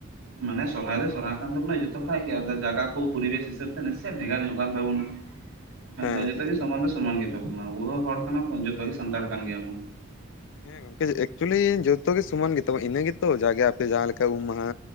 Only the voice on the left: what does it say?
<inaudible>
ᱦᱮᱸ
ᱦᱮᱸ ᱜᱚᱝᱠᱮ ᱮᱠᱪᱩᱭᱞᱤ ᱡᱚᱛᱚ ᱜᱮ ᱥᱚᱢᱟᱱ ᱜᱮᱛᱚ, ᱤᱱᱟᱹ ᱜᱮᱛᱚ ᱡᱟᱜᱮ ᱟᱯᱮ ᱡᱟᱦᱟᱸ ᱞᱮᱠᱟ ᱩᱢ ᱢᱟᱦᱟ